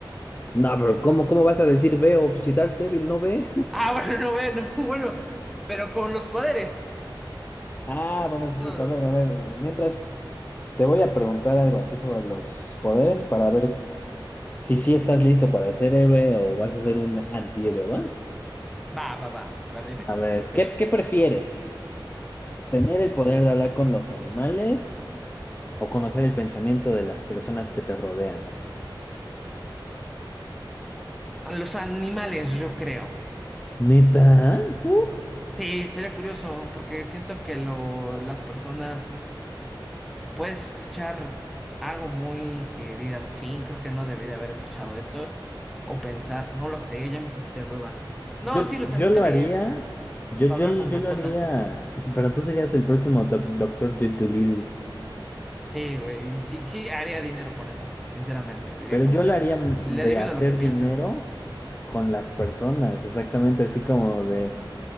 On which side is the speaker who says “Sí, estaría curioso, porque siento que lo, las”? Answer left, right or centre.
Centre